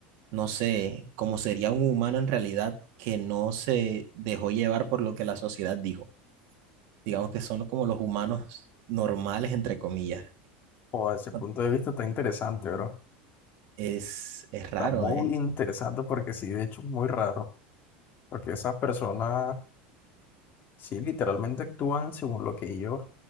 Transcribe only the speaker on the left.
O ese
punto de vista está interesante, bro.
Está muy
interesante porque sí, de hecho, es muy raro, porque esas personas Sí, literalmente actúan según lo que ellos,